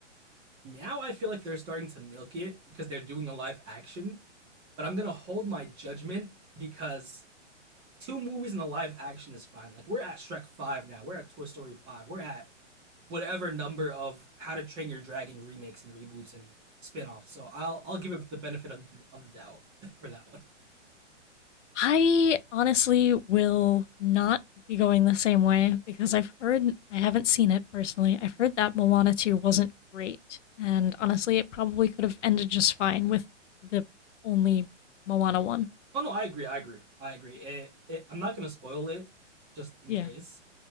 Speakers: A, on the right; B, on the left.
A: Now I feel like they're starting to milk it because they're doing a live action, but I'm gonna hold my judgment because two movies in a live action is fine. Like we're at Shrek Five now, we're at Toy Story Five, we're at whatever number of How to Train Your Dragon remakes and reboots and spin-offs. So I'll I'll give it the benefit of the, of the doubt <laughs> for that one.
B: I honestly will not be going the same way because I've heard, I haven't seen it personally. I've heard that Moana 2 wasn't great. And honestly, it probably could have ended just fine with the only Moana 1.
A: Oh no, I agree, I agree, I agree. It, it, I'm not gonna spoil it just in
B: Yeah.
A: case,